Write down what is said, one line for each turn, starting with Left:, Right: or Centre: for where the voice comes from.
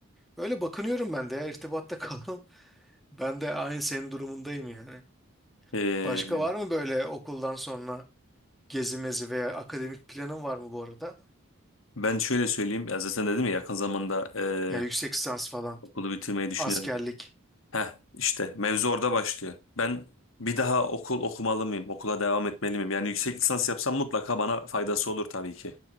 Centre: Öyle bakınıyorum ben de ya irtibatta <laughs> kalalım. Ben de aynı senin durumundayım yani.
Left: Ee,
Centre: Başka var mı böyle okuldan sonra gezi mezi veya akademik planın var mı bu arada?
Left: Ben şöyle söyleyeyim. Ya zaten dedim ya yakın zamanda eee,
Centre: Ya yüksek lisans falan,
Left: okulu bitirmeyi düşünüyorum
Centre: askerlik.
Left: diye. Heh işte mevzu orada başlıyor. Ben bir daha okul okumalı mıyım? Okula devam etmeli miyim? Yani yüksek lisans yapsam mutlaka bana faydası olur tabii ki.